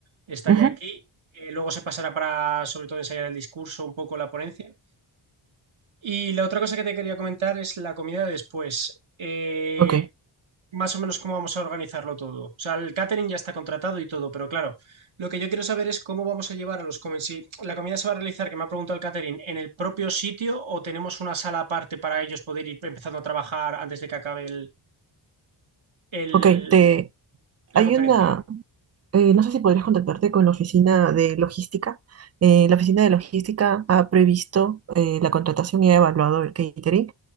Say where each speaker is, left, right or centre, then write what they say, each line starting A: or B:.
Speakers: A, on the right; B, on the right.
A: Está
B: ujú,
A: ya aquí. Eh, luego se pasará para, sobre todo, ensayar el discurso, un poco la ponencia. Y la otra cosa que te quería comentar es la comida de después. Eh,
B: ok,
A: más o menos cómo vamos a organizarlo todo. O sea, el catering ya está contratado y todo, pero claro, lo que yo quiero saber es cómo vamos a llevar a los comensales. Si la comida se va a realizar, que me ha preguntado el catering, ¿en el propio sitio o tenemos una sala aparte para ellos poder ir empezando a trabajar antes de que acabe el, el-
B: ok. Te,
A: la
B: hay
A: conferencia?
B: una, eh, no sé si podrías contactarte con la oficina de logística. Eh, la oficina de logística ha previsto eh, la contratación y ha evaluado el catering